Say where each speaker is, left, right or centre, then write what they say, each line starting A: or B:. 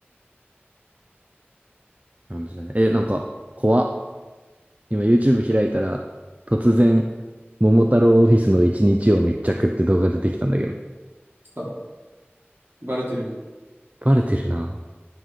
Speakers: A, on the right (about 35°); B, on the right (about 60°).
A: <laughs> え、なんか、怖っ。今 YouTube 開いたら、突然、桃太郎オフィスの一日を密着って動画出てきたんだけど。
B: あバレてる。
A: バレてるな。